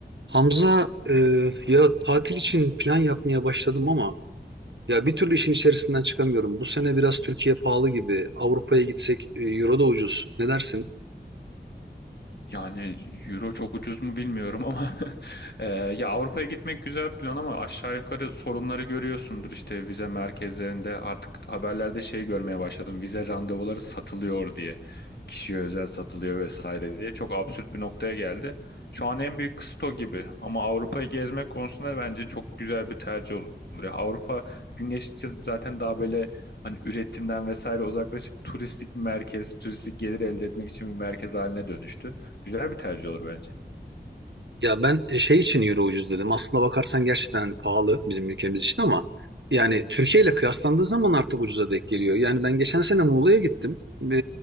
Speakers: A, on the right; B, on the left.
A: Hamza, e, ya tatil için plan yapmaya başladım ama ya bir türlü işin içerisinden çıkamıyorum. Bu sene biraz Türkiye pahalı gibi. Avrupa'ya gitsek e, euro da ucuz. Ne dersin?
B: Yani euro çok ucuz mu bilmiyorum ama <laughs> e, ya Avrupa'ya gitmek güzel bir plan ama aşağı yukarı sorunları görüyorsundur işte vize merkezlerinde artık haberlerde şey görmeye başladım vize randevuları satılıyor diye kişiye özel satılıyor vesaire diye çok absürt bir noktaya geldi. Şu an en büyük kısıt o gibi ama Avrupa'yı gezmek konusunda bence çok güzel bir tercih olur. Ya Avrupa gün geçtikçe zaten daha böyle hani üretimden vesaire uzaklaşıp turistik bir merkez, turistik gelir elde etmek için bir merkez haline dönüştü. Güzel bir tercih olur bence.
A: Ya ben e, şey için euro ucuz dedim. Aslında bakarsan gerçekten hani pahalı bizim ülkemiz için ama yani Türkiye ile kıyaslandığı zaman artık ucuza denk geliyor. Yani ben geçen sene Muğla'ya gittim. E,